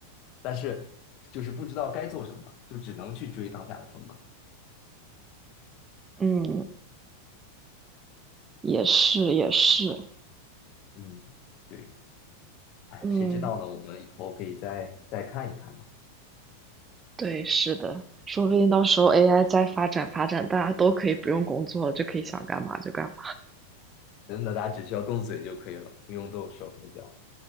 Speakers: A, on the left; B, on the right.
A: 但是就是不知道该做什么，就只能去追当下的风口。
B: 嗯，也是也是，
A: 嗯，对，哎，
B: 嗯。
A: 谁知道呢？我们以后可以再再看一看嘛。
B: 对，是的，说不定到时候 AI 再发展发展，大家都可以不用工作了，就可以想干嘛就干嘛。
A: 真的，大家只需要动嘴就可以了，不用动手和脚。